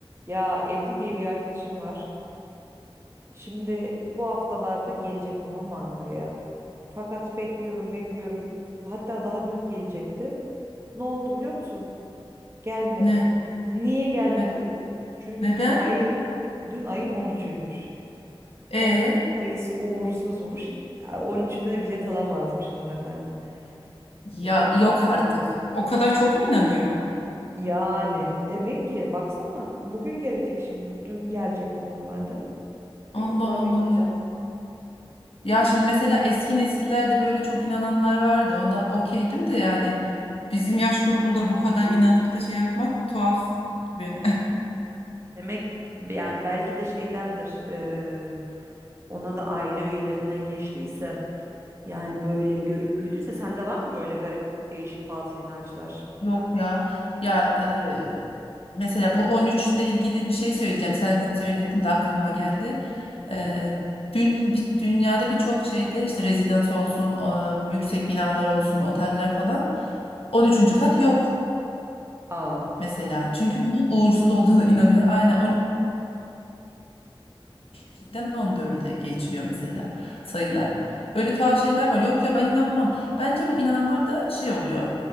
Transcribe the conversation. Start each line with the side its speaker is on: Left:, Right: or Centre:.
Right: Ya Ebru diye bir arkadaşım var. Şimdi bu haftalarda gelecek tamam mı Ankara'ya? Fakat bekliyorum, bekliyorum. Hatta daha dün gelecekti. Ne oldu biliyor musun? Gelmedi.
Left: Ne?
Right: Niye gelmedi?
Left: Ne-
Right: Çünkü
Left: Neden?
Right: dün ayın dün ayın 13'üymüş.
Left: E
Right: 13 sayısı uğursuzmuş. Ya, 13'üne bilet alamazmış hanımefendi.
Left: ya
Right: İnan
Left: yok artık. O kadar çok mu inanıyor?
Right: yani demek ki baksana bugün gelecek şimdi. Dün gelecekti normalde.
Left: Allah
Right: Bir gün daha bekleyeceğim.
Left: Allah ya. Ya şimdi mesela eski nesillerde böyle çok inananlar vardı. Ona okeydim de yani bizim yaş grubunda bu kadar inanıp da şey yapmak tuhaf gibi.
Right: Demek yani belki de şeydendir eee, ona da aile üyelerinden geçtiyse yani böyle görüp büyüdüyse sende var mı böyle garip değişik batıl inançlar?
Left: Yok ya. Ya e, mesela bu 13 ile ilgili bir şey söyleyeceğim. Sen söyledin de aklıma geldi. E, dün bir- dünyada birçok şeyde işte rezidans olsun, e, yüksek binalar olsun, oteller falan
Right: Hı hı.
Left: 13. kat yok
Right: Aa
Left: mesela. Çünkü onun uğursuz olduğunu <laughs> inanıyor. Aynen 7'den 14'e geçiyor mesela sayılar. Öyle tuhaf şeyler var. Yok ya ben inanmam. Bence bu inananlar da şey oluyor.